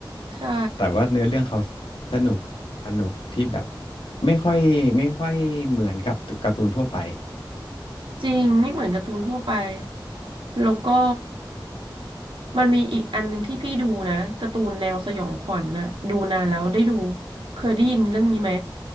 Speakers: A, on the right (about 80°); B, on the left (about 80°).
A: ใช่
B: แต่ว่าเนื้อเรื่องเขาสนุกสนุกที่แบบไม่ค่อยไม่ค่อยเหมือนกับการ์ตูนทั่วไป
A: จริงไม่เหมือนการ์ตูนทั่วไปแล้วก็มันมีอีกอันหนึ่งที่พี่ดูนะการ์ตูนแนวสยองขวัญน่ะดูนานแล้วได้ดูเคยได้ยินเรื่องนี้ไหม